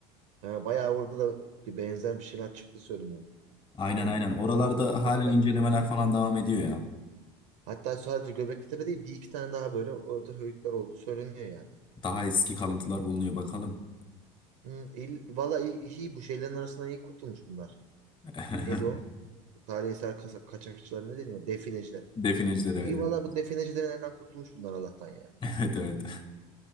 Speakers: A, on the right; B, on the left.
A: Ha, bayağı orada da benzer bir şeyler çıktı söyleniyor.
B: Aynen
A: Yani
B: aynen. Oralarda
A: hatta
B: hala incelemeler falan devam ediyor ya.
A: hatta sadece Göbekli Tepe değil bir iki tane daha böyle orada höyükler oldu söyleniyor yani.
B: Daha eski kalıntılar bulunuyor bakalım.
A: Hı, il, valla iyi, iyi bu şeylerin arasından iyi kurtulmuş bunlar.
B: <laughs>
A: Neydi o? Tarihi eser kasa- kaçakçılar ne deniyor? Defineciler.
B: Defineciler evet.
A: İyi valla bu definecilerin elinden kurtulmuş bunlar Allah'tan yani.
B: <laughs> Evet evet.